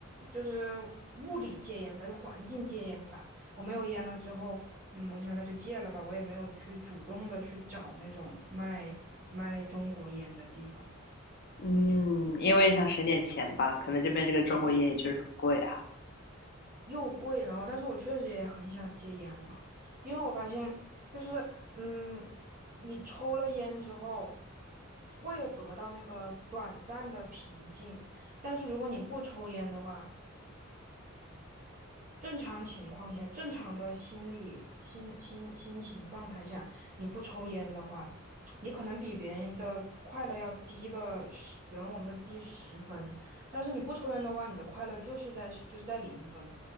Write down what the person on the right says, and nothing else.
就是物理戒烟法，就环境戒烟法。我没有烟了之后，嗯，我就想那就戒了吧。我也没有去主动的去找那种卖卖中国烟的地方，
所以就。
又贵，然后但是我确实也很想戒烟了，因为我发现就是，嗯，你抽了烟之后，会有得到那个短暂的平静，但是如果你不抽烟的话，正常情况下，正常的心理心心心情状态下，你不抽烟的话，你可能比别人的快乐要低个十，比方我们的低十分，但是你不抽烟的话，你的快乐就是在就是在零分，